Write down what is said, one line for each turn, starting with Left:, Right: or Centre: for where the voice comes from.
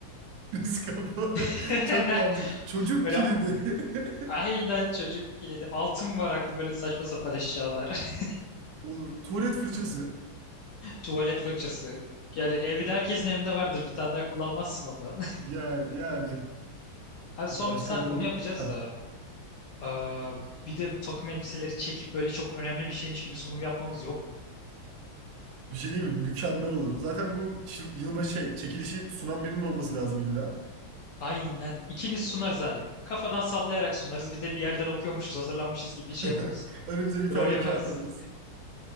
Right: Risk kapağı.
Left: <laughs>
Right: <laughs> Çok mantıklı. Çocuk
Left: Böyle
Right: kilidi. <laughs>
Left: aynen çocuk kilidi. Altın varaklı böyle saçma sapan eşyalar. <laughs>
Right: Olur. Tuvalet fırçası.
Left: tuvalet fırçası. Yani evde herkesin evinde vardır. Bir tane daha kullanmazsın ondan.
Right: Yani yani.
Left: <laughs> Abi son
Right: Dur, Başka
Left: bir saat
Right: ne olur?
Left: bunu yapacağız
Right: Heh.
Left: da. Aa, bir de takım elbiseleri çekip böyle çok önemli bir şeymiş gibi sunum yapmamız yok mu?
Right: Bir şey değil mi? Mükemmel olur. Zaten bu çıl- yılbaşı şey, çekilişi sunan birinin olması lazım illa.
Left: Aynen. İkimiz sunarız abi. Kafadan sallayarak sunarız. Bir de bir yerden okuyormuşuz, hazırlanmışız gibi
Right: <laughs>
Left: şey yaparız.
Right: Önümüze bir tane
Left: Rol yaparız.
Right: kağıt alırız.